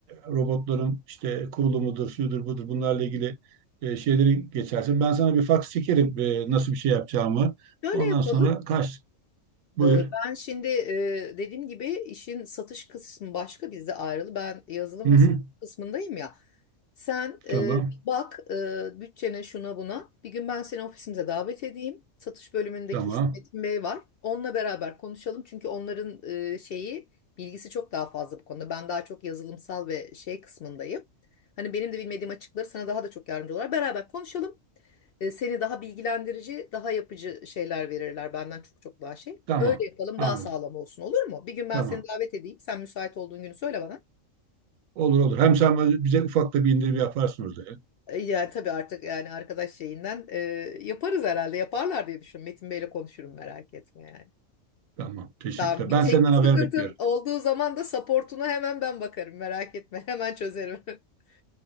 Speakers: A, on the right; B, on the left.
A: robotların işte kurulumudur, şudur budur bunlarla ilgili e, şeyleri geçersin. Ben sana bir fax çekerim e, nasıl bir şey yapacağımı.
B: Şöyle
A: Ondan
B: yapalım.
A: sonra kaç. Buyur.
B: Ee, Ben şimdi e, dediğim gibi işin satış kısmı başka bizde ayrılı. Ben yazılım
A: Hı
B: ve
A: hı.
B: satış kısmındayım ya. Sen e,
A: Tamam.
B: bir bak e, bütçene şuna buna. Bir gün ben seni ofisimize davet edeyim. Satış bölümündeki
A: Tamam.
B: işte Metin Bey var. Onunla beraber konuşalım. Çünkü onların e, şeyi bilgisi çok daha fazla bu konuda. Ben daha çok yazılımsal ve şey kısmındayım. Hani benim de bilmediğim açıkları sana daha da çok yardımcı olarak beraber konuşalım. E, seni daha bilgilendirici, daha yapıcı şeyler verirler benden çok çok daha şey.
A: Tamam.
B: Öyle yapalım
A: Anladım.
B: daha sağlam olsun olur mu? Bir gün ben
A: Tamam.
B: seni davet edeyim. Sen müsait olduğun günü söyle bana.
A: Olur olur. Hem sen bize ufak da bir indirim yaparsın orada ya.
B: E, yani tabii artık yani arkadaş şeyinden e, yaparız herhalde. Yaparlar diye düşün. Metin Bey'le konuşurum merak etme yani.
A: Tamam. Teşekkürler.
B: Tamam bir
A: Ben
B: teknik
A: senden haber
B: sıkıntın
A: bekliyorum.
B: olduğu zaman da supportuna hemen ben bakarım merak etme. <laughs> Hemen çözerim. <laughs>